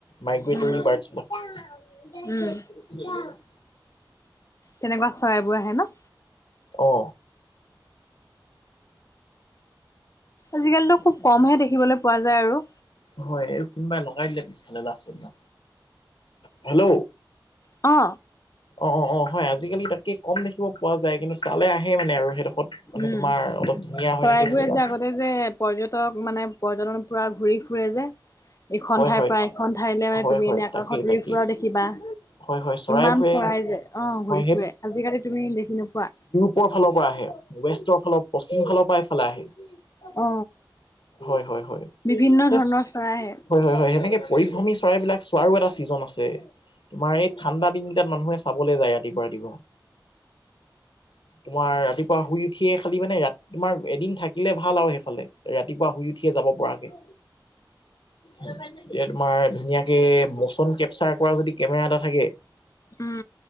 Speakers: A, on the left; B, on the left.
A: মাইগ্ৰেটৰী
B: উম
A: বাৰ্ডছ ব <unintelligible>
B: উম
A: <unintelligible>
B: তেনেকুৱা চৰাইবোৰ আহে ন।
A: অ।
B: আজিকালিটো খুব কমহে দেখিবলৈ পোৱা যায় আৰু।
A: হয় এই কোনোবাই লগাই দিলে পিছফালে লাষ্টত দিনা হেল্ল'।
B: অ।
A: অ অ অ হয় আজিকালি তাকে কম দেখিব পোৱা যায় কিন্তু তালে আহে মানে আৰু সে- খত মানে
B: উম
A: তোমাৰ অলপ ধুনীয়া
B: চৰাইবোৰে
A: হৈ থাকে যে জেগাটো।
B: আগতে যে পৰ্যটক মানে পৰ্যটন পুৰা ঘূৰি ফুৰে যে এখন
A: হয়
B: ঠাইৰ
A: হয়,
B: পৰা এখন ঠাইলৈ মানে
A: হয়
B: তুমি
A: হয়,
B: এনেই আকাশত
A: তাকেই তাকেই
B: উৰি ফুৰাও দেখিবা।
A: হয় হয় চৰাইবোৰে
B: ইমান চৰাই যে অ
A: হয়
B: ঘূৰি ফুৰে আজিকালি তুমি দেখি নোপোৱা।
A: পূবৰ ফালৰ পৰা আহে ৱেষ্টৰ ফালৰ পশ্চিম ফালৰ পৰা এইফালে আহে। <unintelligible>
B: অ
A: হয় হয় হয়।
B: বিভিন্ন ধৰণৰ
A: এচ
B: চৰাই আহে
A: হয় হয় হয় সেনেকে পৰিভ্ৰমী চৰাইবিলাক চোৱাৰো এটা ছিজন আছে। তোমাৰ এই ঠাণ্ডা দিনকেইটা মানুহে চাবলে যায় ৰাতিপুৱা ৰাতিপুৱা। তোমাৰ ৰাতিপুৱা শুই উঠিয়ে খালি মানে ৰাতি তোমাৰ এদিন থাকিলে ভাল আৰু সেইফালে ৰাতিপুৱা শুই উঠিয়ে যাব পৰাকে। এতিয়া তোমাৰ ধুনীয়াকে মচন কেপচাৰ কৰা যদি কেমেৰা এটা থাকে।
B: উম।